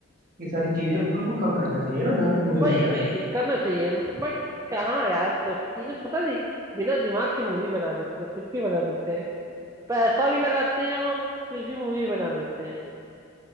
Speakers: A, on the right; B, on the right.
A: ये सारी चीजें उनको कम करना चाहिए ना जहां तक
B: वही
A: मुझे लग रहा
B: वही
A: है
B: वही करना चाहिए बट कहाँ यार सोचती ये लोग पता नहीं बिना दिमाग के मूवी बना देते हैं कुछ भी बना देते हैं पैसा भी लगाते हैं और कुछ भी मूवी बना देते हैं